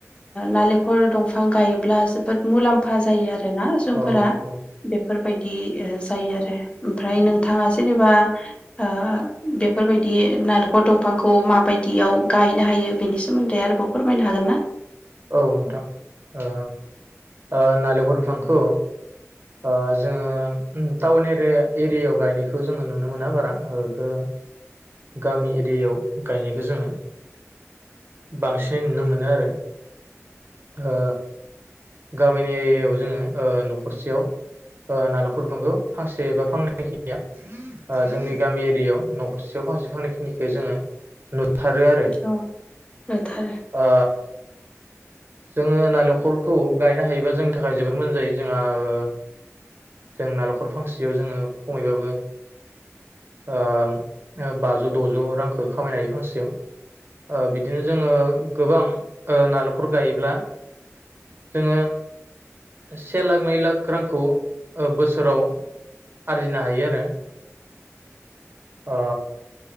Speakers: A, on the left; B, on the right.
A: नालेखर दंफां गायोब्ला जोब बोद मुलाम्फा जायो आरो ना जोंफोरा,
B: औ औ
A: बेफोरबाय दि ओ जायो आरो ओमफ्राय नोंथाङा जेनेबा ओ बेफोरबायदि नालेखर दंफांखौ माबायदियाव गायनो हायो बेनि सोमोन्दै आरोबाव फोरमायनो हागोन ना?
B: औ नोंथां, ओ ओ नालेंखर बिफांखौ ओ जोङो टाउननि एरिया एरियायाव गायनायखौ जोङो नुनो मोना बारा ओ एखो गामि एरियायाव गायनायखौ जोङो बांसिन नै नुनो मोनो आरो। ओ गामिनि एरियायाव जोङो ओ नखरसेयाव ओ नालेंखर बिफांखौ फांसे एबा फांनै खिनिया ओ जोंनि गामि एरियायाव नखरसेयाव फांसे फांनै खिनिखौ जोङो नु थारो आरो
A: औ <unintelligible>
B: ओ जोङो नारेंखलखौ गायनो हायोबा जोंनि थाखाय जबोद मोजां जायो जोंहा ओ जों नालेंखल फांसेयाव जोङो खमैबाबो ओ बाजौ दजौ रांखौ खामायनो हायो फांसेयाव ओ बिदिनो जोङो गोबां ओ नालेख खर गायोब्ला जोङो से लाख नै लाख रांखौ ओ बोसोराव आरजिनो हायो आरो ओ